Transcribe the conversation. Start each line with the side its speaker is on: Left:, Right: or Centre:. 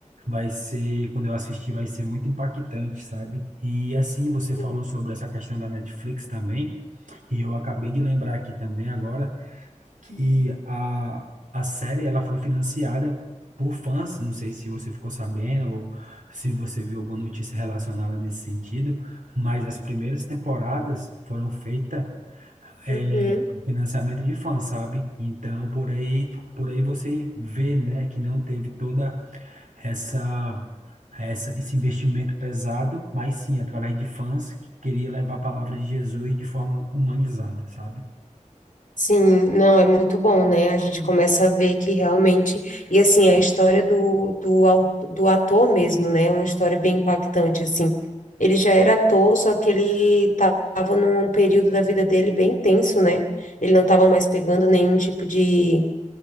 Right: vai ser, quando eu assistir, vai ser muito impactante, sabe? E assim, você falou
Left: Sim.
Right: sobre essa questão da Netflix também, e eu acabei de lembrar aqui também agora que a, a série ela foi financiada por fãs. Não sei se você ficou sabendo ou se você viu alguma notícia relacionada nesse sentido, mas as primeiras temporadas foram feitas é,
Left: Uhum.
Right: com financiamento de fãs, sabe? Então por aí por aí você vê, né, que não teve toda essa essa, esse investimento pesado, mas sim através de fãs que queria levar a palavra de Jesus de forma humanizada, sabe?
Left: Sim, não, é muito bom, né? A gente começa a ver que realmente. E assim, a história do, do, au- do ator mesmo, né? É Uma história bem impactante, assim. Ele já era ator, só que ele estava num período da vida dele bem tenso, né? Ele não estava mais pegando nenhum tipo de